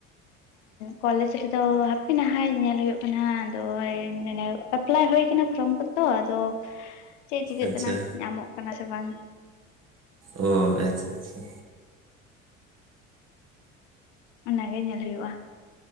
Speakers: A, on the left; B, on the right.
A: ᱠᱚᱞᱮᱡ ᱨᱮᱫᱚ ᱦᱟᱯᱮ ᱱᱟᱦᱟᱭ ᱧᱮᱞ ᱦᱩᱭᱩᱜ ᱠᱟᱱᱟ ᱟᱫᱚ ᱱᱚᱜᱚᱭ ᱢᱟ ᱮᱯᱞᱟᱭ ᱦᱩᱭ ᱠᱟᱱᱟ ᱯᱷᱨᱚᱢ ᱠᱚᱫᱚ ᱟᱫᱚ ᱪᱮᱫ ᱪᱤᱠᱟᱹᱜ
B: ᱟᱪᱪᱷᱟ
A: ᱠᱟᱱᱟ ᱧᱟᱢᱚᱜ ᱠᱟᱱᱟ ᱥᱮ ᱵᱟᱝ
B: ᱚ ᱟᱪᱪᱷᱟ ᱟᱪᱪᱷᱟ
A: ᱚᱱᱟᱜᱮ ᱧᱮᱞ ᱦᱩᱭᱩᱜᱼᱟ